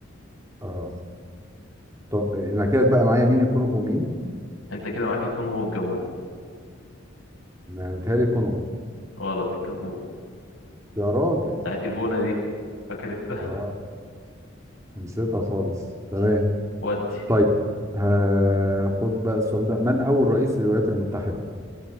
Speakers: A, on the right; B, on the left.
A: اه طب نكدت بقى معايا مين الكونغو مين؟
B: انت كده معاك الكونغو والجابون
A: ما متهيألي الكونغو
B: غلط الجابون
A: يا راجل
B: بتاعت ايفونا دي فاكر انت <laughs>
A: اه نسيتها خالص تمام
B: ودي
A: طيب هاخد بقى السؤال ده من اول رئيس للولايات المتحدة؟